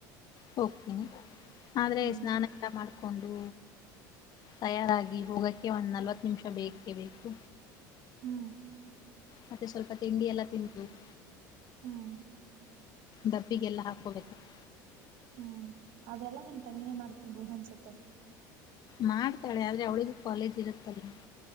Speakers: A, on the left; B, on the right.
A: ಹೋಗ್ತೀನಿ ಆದ್ರೆ
B: ಹ್ಮ್
A: ಸ್ನಾನ ಊಟ ಮಾಡ್ಕೊಂಡು ತಯಾರಾಗಿ ಹೋಗಕ್ಕೆ ಒಂದ್ ನಲ್ವತ್ತು ನಿಮಿಷ ಬೇಕೇ ಬೇಕು
B: ಹೂ
A: ಮತ್ತೆ ಸ್ವಲ್ಪ ತಿಂಡಿ ಎಲ್ಲಾ ತಿಂದು. <inaudible>
B: ಹ್ಮ್
A: ಡಬ್ಬಿಗ ಎಲ್ಲಾ ಹಾಕೋ ಬೇಕು. <inaudible>
B: ಹು ಅವೆಲ್ಲಾ ನಿನ್ನ ತಂಗಿನೇ ಮಾಡ್ತಿರ್ಬೋದ ಅನ್ಸುತ್ತೆ. <inaudible>
A: ಮಾಡ್ತಾಳೆ ಆದ್ರೆ ಅವಳಿಗೂ ಕಾಲೇಜ್ ಇರುತ್ತಲ್ಲ. <inaudible>